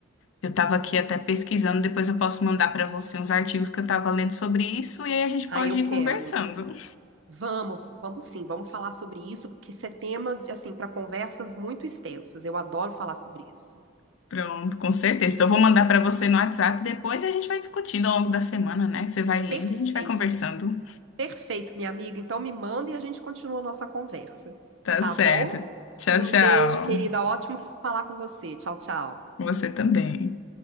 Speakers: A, on the left (about 70°); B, on the right (about 65°).
A: eu estava aqui até pesquisando, depois eu posso mandar para você uns artigos que eu estava lendo sobre isso e aí a gente
B: Ah,
A: pode
B: eu quero.
A: ir conversando.
B: Vamos, vamos sim, vamos falar sobre isso, porque isso é tema, de, assim, para conversas muito extensas. Eu adoro falar sobre isso.
A: Pronto, com certeza. Então, eu vou mandar para você no WhatsApp depois e a gente vai discutindo ao longo da semana, né? Você vai lendo,
B: Perfeito,
A: a gente vai conversando.
B: perfeito, minha amiga. Então me manda e a gente continua a nossa conversa,
A: Tá
B: tá
A: certo.
B: bom?
A: Tchau,
B: Um
A: tchau.
B: beijo, querida. Ótimo falar com você. Tchau, tchau.
A: Você também.